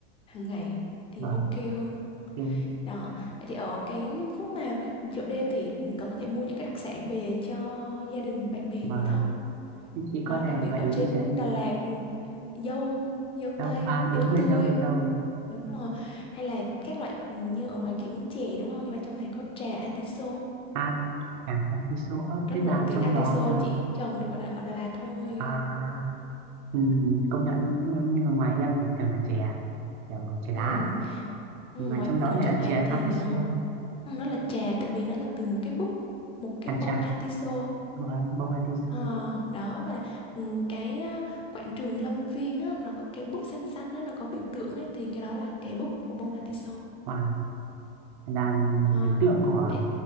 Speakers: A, on the left; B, on the right.
A: hàng ngày thì
B: vâng
A: ok hơn.
B: thì-
A: Đó, vậy thì ở cái khúc mà chợ đêm thì còn có thể mua những cái đặc sản về cho gia đình, bạn bè,
B: vâng
A: người thân.
B: Thế chị có
A: Đó,
B: thể
A: đặc biệt
B: gợi
A: ở
B: ý
A: trên
B: cho em
A: Đà
B: là
A: Lạt, ừ, dâu, dâu
B: dâu
A: tây,
B: à đúng
A: dâu
B: rồi
A: tươi,
B: dâu dâu
A: đúng rồi. Hay là các loại ừ, như ở ngoài kia uống chè đúng không? Nhưng mà trong này có trà atiso,
B: à chẳng hạn cái show up
A: rất
B: tức
A: nổi
B: là
A: tiếng
B: trong
A: atiso
B: đó là
A: chỉ trồng được ở Đà, ở Đà Lạt thôi.
B: à ừm, công nhận ạ. nhưng nhưng mà ngoài em thì thường là chè kiểu chè
A: Ừ.
B: đá
A: ừ,
B: mà
A: Ngoài
B: trong đó
A: ở
B: lại
A: trong
B: là
A: này
B: chè
A: thì
B: atiso
A: ờ, ừ, nó là trà tại vì nó là từ một cái búp, một cái
B: hàn
A: bông
B: trà
A: atiso
B: vâng, bông atiso
A: Ờ, đó và ừ, cái ờ, quảng trường Lâm Viên á, nó có cái búp xanh xanh á, nó có biểu tượng ấy thì cái đó là cái búp của bông atiso
B: và là
A: à,
B: biểu tượng của
A: vậy